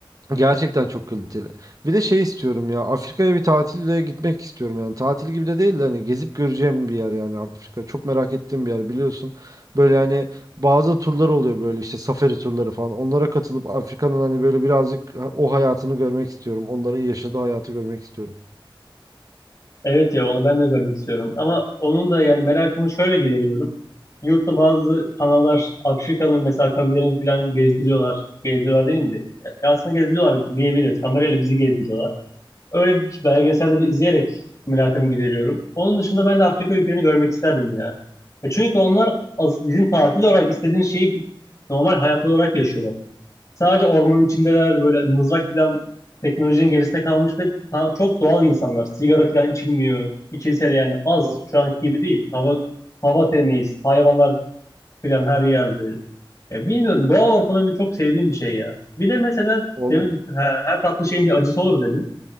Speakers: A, on the right (about 40°); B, on the left (about 40°).
A: Gerçekten çok kaliteli. Bir de şey istiyorum ya. Afrika'ya bir tatille gitmek istiyorum yani. Tatil gibi de değil de hani gezip göreceğim bir yer yani Afrika. Çok merak ettiğim bir yer biliyorsun. Böyle hani bazı turlar oluyor böyle işte safari turları falan. Onlara katılıp Afrika'nın hani böyle birazcık o hayatını görmek istiyorum. Onların yaşadığı hayatı görmek istiyorum.
B: Evet ya onu ben de görmek istiyorum. Ama onun da yani merakımı şöyle gideriyorum. Yurtta bazı kanallar Afrika'nın mesela kabilelerini falan gezdiriyorlar. Gezdiriyorlar değil mi? Ya aslında gezdiriyorlar diyebiliriz. Kamerayla bizi gezdiriyorlar. Öyle bir- belgeselleri izleyerek merakımı gideriyorum. Onun dışında ben de Afrika ülkelerini görmek isterdim ya. E çünkü onlar as- bizim tatil olarak istediğimiz şeyi normal hayat olarak yaşıyorlar. Sadece ormanın içindeler böyle mızrak falan teknolojinin gerisinde kalmış ve ta- çok doğal insanlar. Sigara falan içilmiyor. İçilse de yani az
A: O
B: şu anki gibi değil. Hava hava temiz, hayvanlar filan her yerde. E, bilmiyorum doğa ortamı benim çok sevdiğim bir şey ya. Bir de mesela
A: ol,
B: demin ha, her tatlı şeyin bir acısı olur dedin.